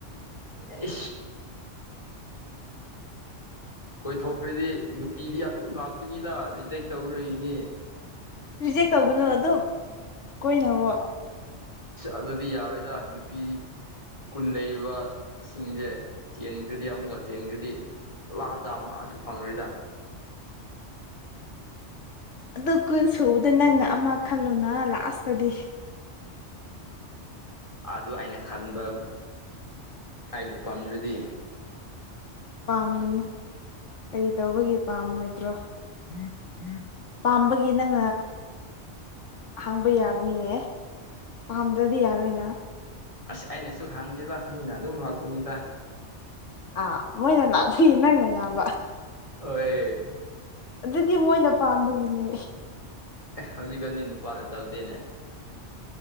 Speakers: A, on the left (about 30°); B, on the left (about 85°).
A: ꯑꯦ ꯀꯣꯏꯊꯣꯛꯈ꯭ꯔꯗꯤ ꯅꯨꯄꯤꯗꯤ ꯑꯗꯨꯝ ꯂꯥꯛꯄꯅꯤꯅ ꯔꯤꯖꯦꯛ ꯇꯧꯈ꯭ꯔꯏꯅꯤ
B: ꯔꯤꯖꯦꯛ ꯇꯧꯒꯅꯨ ꯑꯗꯨꯝ ꯀꯣꯏꯅꯕꯣ
A: ꯑꯗꯨꯗꯤ ꯌꯥꯔꯣꯏꯗ ꯅꯨꯄꯤꯗꯤ ꯀꯨꯟ ꯂꯩꯔꯤꯕꯕ ꯁꯤꯡꯁꯦ ꯆꯦꯟꯈ꯭ꯔꯗꯤ ꯑꯃꯨꯛꯀ ꯆꯦꯟꯈ꯭ꯔꯗꯤ ꯂꯥꯁꯗꯥ ꯃꯥꯁꯨ ꯐꯪꯅꯔꯤꯗ
B: ꯑꯗꯨ ꯀꯨꯏꯟ ꯁꯨꯕꯗ ꯅꯪꯅ ꯑꯃ ꯈꯜꯂꯨꯅ ꯂꯥꯁꯇꯗꯤ <unintelligible>
A: ꯑꯗꯨ ꯑꯩꯅ ꯈꯟꯕ ꯑꯩꯕꯨ ꯄꯥꯝꯗ꯭ꯔꯗꯤ
B: ꯄꯥꯝꯒꯅꯤ ꯀꯔꯤ ꯇꯧꯕꯒꯤ ꯄꯥꯝꯃꯣꯏꯗ꯭ꯔꯣ ꯎꯝ ꯎꯝ ꯄꯥꯝꯕꯒꯤ ꯅꯪ ꯑꯍꯥꯡꯕ ꯌꯥꯕꯅꯤꯅꯦ ꯄꯥꯝꯗ꯭ꯔꯗꯤ ꯌꯥꯔꯣꯏꯅ
A: ꯑꯁ ꯑꯩꯅꯁꯨ ꯈꯥꯡꯗꯦꯗ ꯃꯣꯏꯅ ꯑꯗꯨꯝ ꯂꯥꯛꯄꯅꯤꯗ
B: ꯑꯥ ꯃꯣꯏꯅ ꯂꯥꯛꯄꯤꯌꯦ ꯅꯪꯅ ꯌꯥꯕ
A: ꯍ
B: ꯑꯗꯨꯗꯤ ꯃꯣꯏꯅ ꯄꯥꯝꯕꯒꯤꯅꯦ
A: ꯍꯧꯖꯤꯛꯀꯥꯟꯗꯤ ꯅꯨꯄꯥꯅ ꯇꯧꯗꯦꯅꯦ